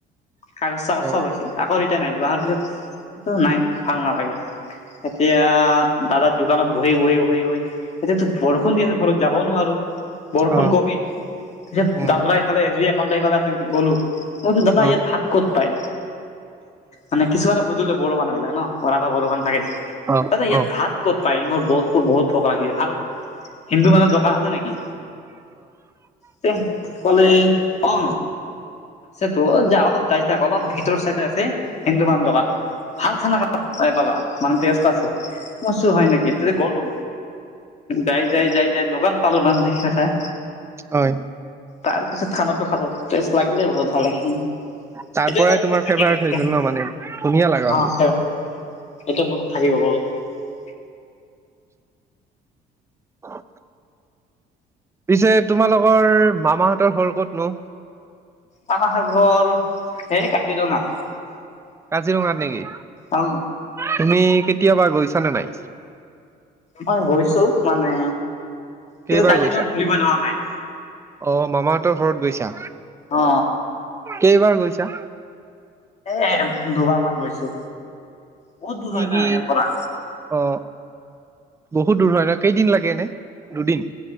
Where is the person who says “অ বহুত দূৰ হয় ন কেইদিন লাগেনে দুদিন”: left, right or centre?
Right